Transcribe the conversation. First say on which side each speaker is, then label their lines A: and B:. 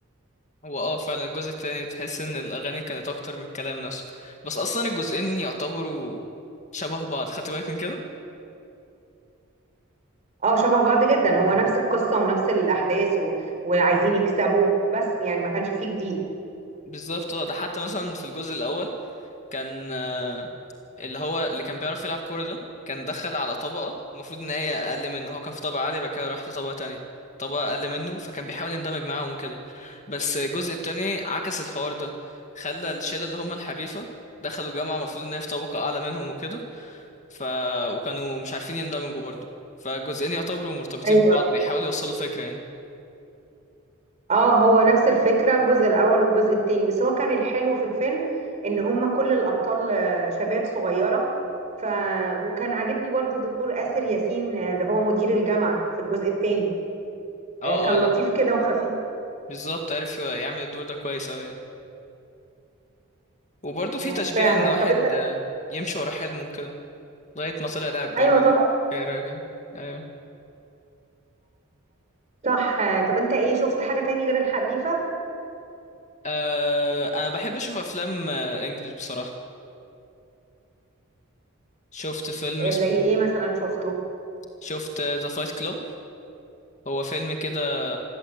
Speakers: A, on the left; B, on the right.
A: هو اه فعلا الجزء التاني تحس ان الاغاني كانت اكتر من الكلام نفسه بس اصلا الجزئين يعتبروا شبه بعض خدت بالك من كده
B: اه شبه بعض جدا هو نفس القصه ونفس الاحداث و... وعايزين يكسبوا بس يعني ما كانش فيه جديد
A: بالظبط اه ده حتى مثلا في الجزء الاول كان آه، اللي هو اللي كان بيعرف يلعب كوره ده كان دخل على طبقه المفروض ان هي اقل منه هو كان في طبقه عاليه بعد كده راح لطبقه تانية طبقه اقل منه فكان بيحاول يندمج معاهم وكده بس الجزء التاني عكس الحوار ده خلى الشله اللي هم الحريفه دخلوا جامعه المفروض ان هي في طبقه اعلى منهم وكده ف وكانوا مش عارفين يندمجوا برضه فالجزئين يعتبروا مرتبطين
B: ايوه
A: ببعض بيحاولوا يوصلوا فكره يعني
B: اه هو نفس الفكرة الجزء الأول والجزء التاني بس هو كان الحلو في الفيلم إن هم كل الأبطال آه، شباب صغيرة ف وكان عاجبني برضو دور آسر ياسين آه، اللي هو مدير الجامعة في الجزء التاني
A: اه
B: آه، كان
A: اه لا
B: لطيف كده وخفيف
A: بالظبط عارف يعمل الدور ده كويس اوي يعني. وبرضه
B: آه،
A: في تشجيع
B: فعلا
A: ان واحد
B: طب انت
A: آه، يمشي ورا حلمه وكده لغايه ما طلع لاعب بره
B: ايوه طبعا
A: راجع ايوه
B: صح آه، طب انت ايه شفت حاجة تاني غير الحريفة
A: آه انا بحب اشوف افلام آه انجلش بصراحه شفت فيلم
B: آه،
A: اسمه
B: زي ايه مثلا شفته
A: شفت ذا فايت كلوب هو فيلم كده